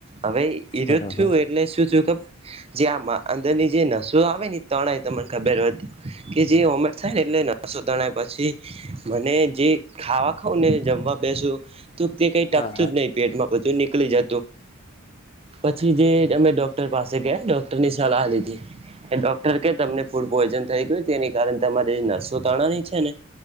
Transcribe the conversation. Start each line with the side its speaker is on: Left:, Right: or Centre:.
Right: હવે રો
Left: બરોબર
Right: થું એટલે શું થયું ખબર જે આમાં અંદની જે નશ હવે હી તણાય તમને ખબર હોય તો કે જે ઉમેટ થાય ને એટલે નાસો તણાય પછી મને જે ખાવા ખઉ ને જમવા બેસો તો તે કઈ ટકતું
Left: હા હા
Right: જ નહી. પેટમાં બધું નીકળી જતું. પછી જે અમે ડોક્ટર પાસે ગયા ડોક્ટરની સલાહ લીધી. એ ડોક્ટર કે તમને ફૂડ પોઈઝન થઈ ગયું તેની કારણે તમારી નસો તણાની છે ને.